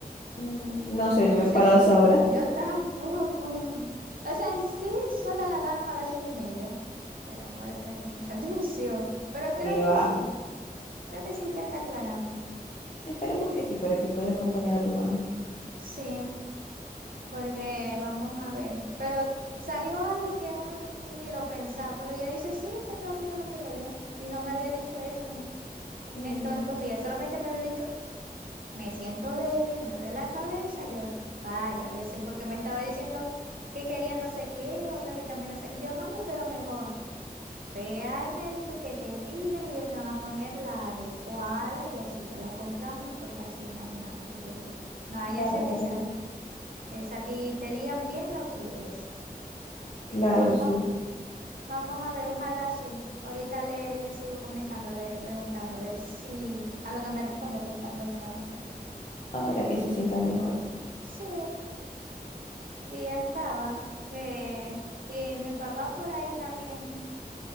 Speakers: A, on the left; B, on the right.
A: Mm, No sé,
B: Entonces,
A: no me he parado a esa hora.
B: yo <laughs> tampoco. O sea, sí suena la alarma a las seis y media, pero no le presto mucha <laughs> atención. Pero creo
A: Y va.
B: que sí, creo que sí ya está aclarando.
A: Esperemos que sí, para que puedas acompañar a tu mami.
B: Sí. Porque vamos a ver. Pero salió algo que uno ni, ni lo pensaba. Pero ella dice, sí, me está doliendo el ombligo yo. Y no me había dicho eso en,
A: Mm.
B: en todos estos días. Solamente me había dicho, me siento débil, me duele la cabeza. Yo, vaya, a veces, porque me estaba diciendo que quería no sé qué, otras vitaminas, no sé. Y yo, mami, pero mejor. Ve al médico que te digan y ellos te van a poner la adecuada y así te la compramos, porque así, imagínate, dije yo. No vaya
A: Claro,
B: a ser que sea. Es a ti te digan bien lo que es.
A: claro,
B: Pero vamos,
A: sí.
B: vamos a ver, ojalá sí. Ahorita le, le sigo comentando, a ver, preguntando, a ver si a lo que me responda, estoy esperando que me responda.
A: Ahora que se sientan mejor.
B: Sí, y ya estaba. Eh, y mi papá por ahí también